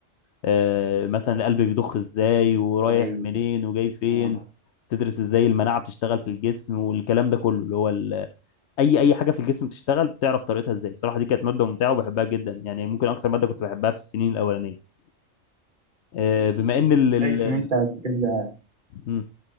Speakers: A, on the left; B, on the right.
A: آه، مثلا القلب بيضخ ازاي ورايح
B: كويس
A: منين وجاي فين
B: اه
A: تدرس ازاي المناعة بتشتغل في الجسم والكلام ده كله اللي هو ال... أي أي حاجة في الجسم بتشتغل بتعرف طريقتها ازاي صراحة دي كانت مادة ممتعة وبحبها جدا يعني ممكن أكتر مادة كنت بحبها في السنين الأولانية آه، بما إن ال ال
B: كويس
A: ال-
B: ان انت بتبقى
A: مم،